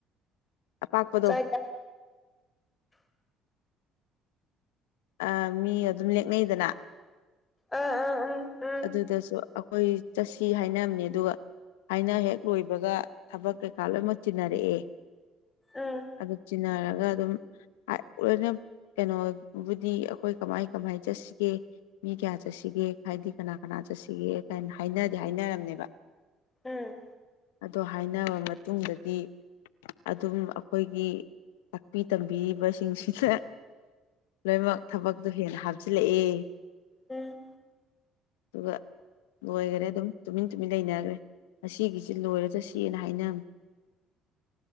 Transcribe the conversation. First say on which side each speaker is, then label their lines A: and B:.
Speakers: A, on the left; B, on the left.
A: ꯑꯄꯥꯛꯄꯗꯣ
B: ꯀꯥꯏꯗ
A: ꯑ ꯃꯤ ꯑꯗꯨꯝ ꯂꯦꯛꯅꯩꯗꯅ
B: ꯑꯥ ꯑꯥ ꯎꯝ ꯎꯝ
A: ꯑꯗꯨꯗꯁꯨ ꯑꯩꯈꯣꯏ ꯆꯠꯁꯤ ꯍꯥꯏꯅꯕꯅꯤ ꯑꯗꯨꯒ ꯍꯥꯏꯅ ꯍꯦꯛ ꯂꯣꯏꯕꯒ ꯊꯕꯛ ꯀꯩꯀꯥ ꯂꯣꯏꯅꯃꯛ ꯆꯤꯟꯅꯔꯛꯑꯦ
B: ꯎꯝ
A: ꯑꯗꯨ ꯆꯤꯟꯅꯔꯒ ꯑꯗꯨꯝ ꯂꯣꯏꯅ ꯀꯩꯅꯣ ꯕꯨꯗꯤ ꯑꯩꯈꯣꯏ ꯀꯃꯥꯏ ꯀꯃꯥꯏ ꯆꯠꯁꯤꯒꯦ ꯃꯤ ꯀꯌꯥ ꯆꯠꯁꯤꯒꯦ ꯍꯥꯏꯗꯤ ꯀꯅꯥ ꯀꯅꯥ ꯆꯠꯁꯤꯒꯦ ꯀ ꯍꯥꯏꯅꯗꯦ ꯍꯥꯏꯅꯔꯝꯅꯦꯕ
B: ꯎꯝ
A: ꯑꯗꯣ ꯍꯥꯏꯔꯕ ꯃꯇꯨꯡꯗꯗꯤ ꯑꯗꯨꯝ ꯑꯩꯈꯣꯏꯒꯤ ꯇꯥꯛꯄꯤ ꯇꯝꯕꯤꯔꯤꯕꯁꯤꯡꯁꯤꯗ ꯂꯣꯏꯅꯃꯛ ꯊꯕꯛꯇꯨ ꯍꯦꯟꯅ ꯍꯥꯞꯆꯤꯜꯂꯛꯑꯦ
B: ꯎꯝ
A: ꯇ ꯂꯣꯏꯈꯔꯦ ꯑꯗꯨꯝ ꯇꯨꯃꯤꯟ ꯇꯨꯃꯤꯟ ꯂꯩꯅꯈ꯭ꯔꯦ ꯑꯁꯤꯒꯤꯒꯤꯁꯤ ꯂꯣꯏꯔꯁꯨ ꯁꯤꯅ ꯍꯥꯏꯅꯔꯝꯃꯤ <unintelligible>